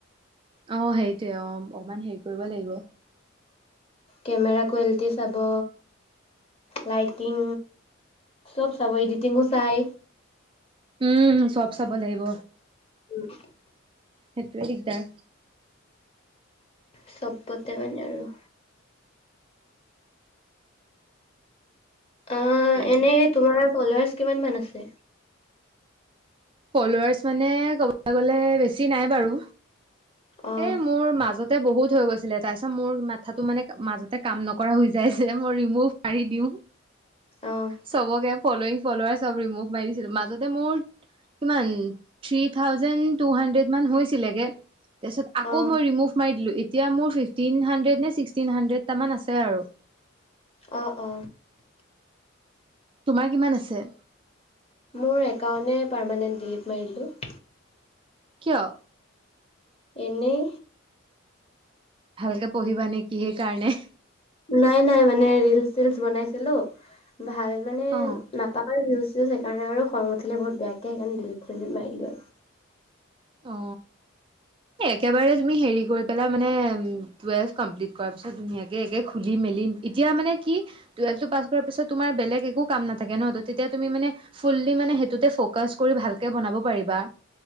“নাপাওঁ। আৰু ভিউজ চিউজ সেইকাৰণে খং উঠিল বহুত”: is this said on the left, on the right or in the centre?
Left